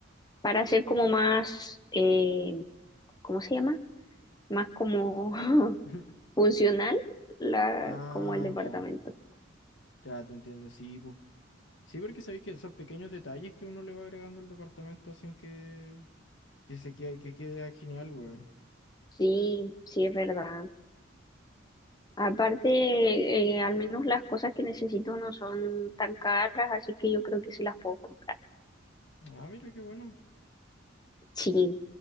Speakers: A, on the left (about 20°); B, on the left (about 70°).
A: para hacer como más, eh, ¿cómo se llama? Más como <laughs>
B: <laughs>
A: funcional la,
B: Ah,
A: como el departamento.
B: ya, ya te entiendo, sí, pu. Sí, porque sabéis que esos pequeños detalles que uno le va agregando al departamento hacen que, que se quede, que quede genial, weón.
A: Sí, sí es verdad. Aparte, eh, al menos las cosas que necesito no son tan caras, así que yo creo que sí las puedo comprar.
B: Ah, mira qué bueno.
A: Sí,